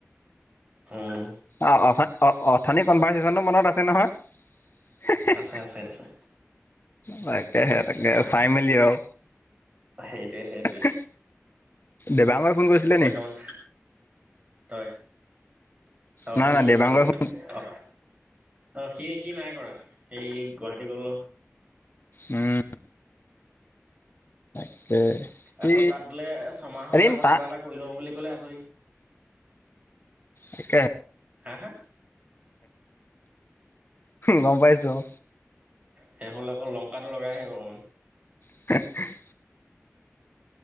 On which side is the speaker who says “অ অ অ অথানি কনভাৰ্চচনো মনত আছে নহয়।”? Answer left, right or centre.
Left